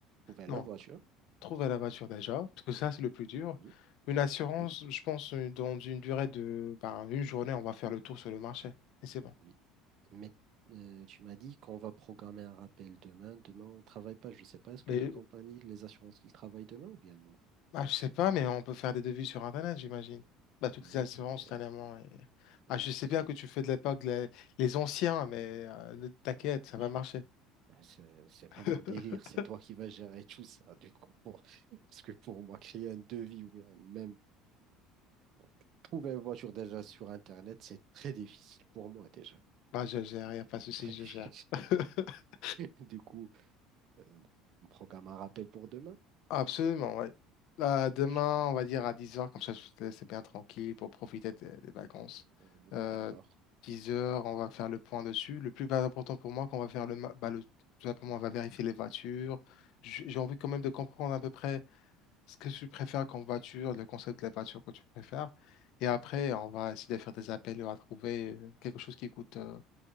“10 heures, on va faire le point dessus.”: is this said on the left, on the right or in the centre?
Left